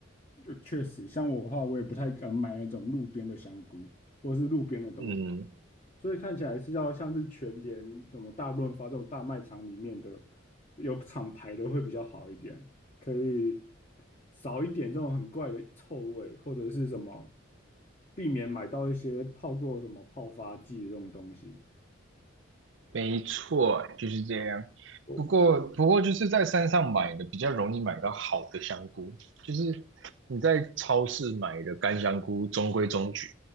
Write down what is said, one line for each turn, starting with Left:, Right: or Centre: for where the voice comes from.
Left: 就确实，像我的话，我也不太敢买那种路边的香菇或是路边的东西。
Right: 嗯，
Left: 所以看起来是要像是全联、什么大润发这种大卖场里面的有厂牌的会比较好一点，可以少一点这种很怪的臭味，或者是什么避免买到一些泡过什么泡发剂这种东西。
Right: 没错，就是这样。
Left: 哦，
Right: 不过，不过就是在山上买的比较容易买到好的香菇，就是你在超市买的干香菇中规中矩，